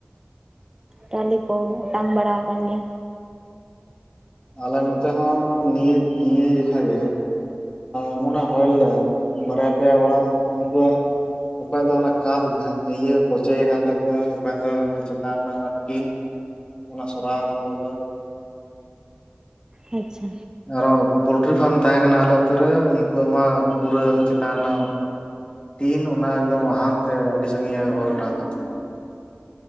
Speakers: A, on the right (about 15°); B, on the left (about 25°).
A: ᱴᱟᱞᱤ ᱠᱚ ᱚᱴᱟᱝ ᱵᱟᱲᱟ ᱠᱟᱱ ᱜᱮᱭᱟ᱾
B: ᱟᱞᱮ ᱱᱚᱛᱮ ᱦᱚᱸ ᱱᱤᱭᱟᱹ ᱱᱤᱭᱟᱹ ᱞᱮᱠᱷᱟᱜᱮ ᱮᱢᱚᱱᱮ ᱦᱚᱭ ᱞᱮᱫ ᱵᱟᱨᱭᱟ ᱯᱮᱭᱟ ᱚᱲᱟᱜ ᱩᱱᱠᱩᱣᱟᱜ ᱚᱠᱚᱭ ᱫᱚ ᱚᱱᱟ ᱠᱟᱸᱛ ᱤᱭᱟᱹ ᱠᱚᱪᱮ ᱠᱟᱱ ᱛᱟᱠᱚᱣᱟ, ᱚᱠᱚᱭ ᱫᱚ ᱚᱱᱟ ᱪᱮᱛᱟᱱ ᱨᱮᱱᱟᱜ ᱚᱱᱟ ᱴᱤᱱ ᱚᱱᱟ ᱥᱚᱨᱟ ᱟᱠᱟᱱ ᱛᱟᱠᱚᱣᱟ ᱾
A: ᱟᱪᱪᱷᱟ
B: ᱟᱨᱚ ᱯᱳᱞᱴᱨᱤ ᱯᱷᱟᱨᱢ ᱛᱟᱦᱮᱸ ᱠᱟᱱᱟ ᱾ ᱟᱞᱮ ᱟᱹᱛᱩ ᱨᱮ ᱩᱱᱠᱩᱣᱟᱜ ᱢᱟ ᱯᱩᱨᱟᱹ ᱪᱮᱛᱟᱱ ᱨᱮᱱᱟᱜ ᱴᱤᱱ ᱚᱱᱟ ᱮᱠᱫᱚᱢ ᱦᱟᱦᱟᱢᱛᱮ ᱟᱹᱰᱤ ᱥᱟᱺᱜᱤᱧᱮ ᱦᱚᱭᱴᱟᱝ ᱟᱠᱟᱫ ᱛᱟᱵᱚᱱᱟ ᱾